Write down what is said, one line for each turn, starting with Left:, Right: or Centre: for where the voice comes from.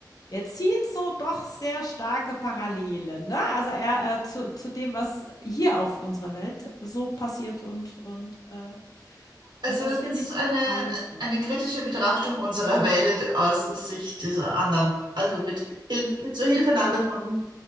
Left: er zieht so doch sehr starke Parallelen. Ne? Also er äh, zu, zu dem, was hier auf unserer Welt so passiert und, und, äh,
Right: Also
Left: und das
Right: es
Left: finde
Right: ist
Left: ich
Right: eine,
Left: total lustig.
Right: eine kritische Betrachtung unserer Welt aus der Sicht dieser anderen, also mit, Hilf mit zur Hilfenahme von